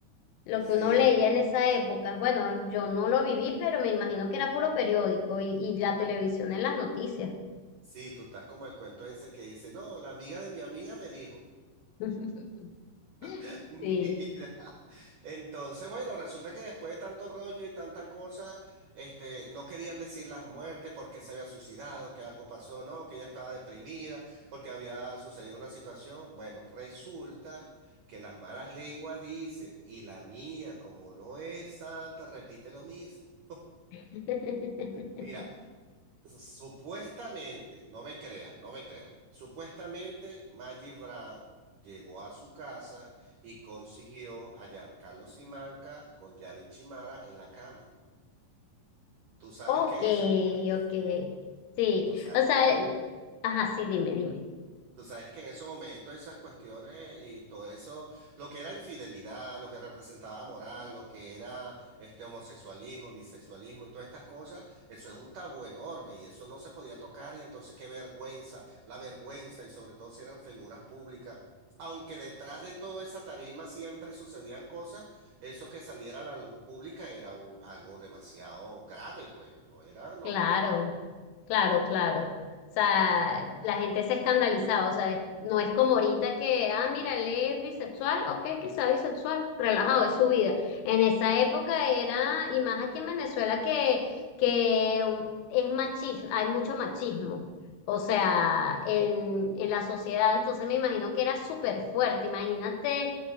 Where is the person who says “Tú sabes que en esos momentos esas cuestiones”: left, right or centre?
Right